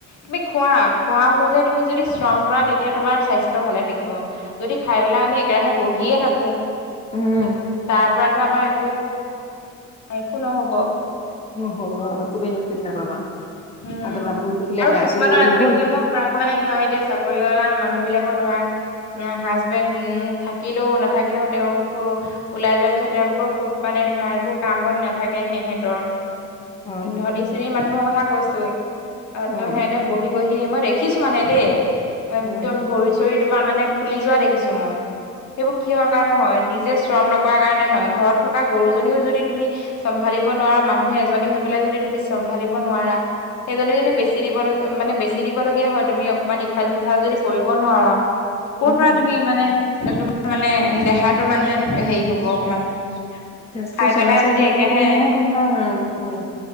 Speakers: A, on the left; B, on the left.
A: তুমি খোৱা খোৱা অনুযায়ী তুমি যদি শ্ৰম কৰা তেতিয়া তোমাৰ স্বাস্থ্য ভালে থাকিব। যদি খাই পেলাই আমি একেৰাহে বহিয়ে থাকো।
B: উম,
A: এক তাৰ পৰাতো আমাৰ একো একো নহব
B: অ, হ কুবেত চিত নাপাবা
A: উম,
B: খাই পেলাই বহি থাকিলে
A: আৰু
B: গাটো
A: কিছুমানৰ
B: গধুৰ
A: আজিকালি
B: হ'ল
A: মই প্ৰায় মানে ধৰা এতিয়া চাকৰিয়ালা মানুহ বিলাক ৰ ধৰা হাচবেন থাকিলেও নাথাকিলে ও তেওঁলোকতো ওলাই য পিছত তেওঁলোকৰ খুব মানে ধৰা একো কাম বন নাথাকে হেহেঁতৰ।
B: হয়
A: ধনী শ্ৰেণীৰ মানুহৰ কথা কৈছো, আহ
B: অ'।
A: ত' হেয়েতে বহি বহি মই দেখিছো মানে দেই একদম
B: উম
A: ভৰি চৰি তোমাৰ মানে ফুলি যোৱা দেখিছো মই। সেইবোৰ কিহৰ কাৰণে হয় নিজে শ্ৰম নকৰৰা কাৰণে নে হয়, ঘৰত থকা গৰুজনীও যদি তুমি চম্ভালিব নোৱাৰা মানুহে এজনী হৈ পেলাই যদি তুমি চম্ভালিব নোৱাৰা সেইজনী যদি বেছি দিব মানে বেছি দিব লগীয়া হয়, তুমি অকমান ইফাল সিফাল যদি কৰিব নোৱাৰা। ক'ৰ
B: উম।
A: পৰা তুমি মানে তোমাৰ মানে দেহাটো মানে হেৰি হব অকমান।
B: তেজটো
A: খাই
B: চলাচল
A: পেলাই যদি
B: হৈ
A: একেৰাহে
B: থাকিলে তোমাৰ উম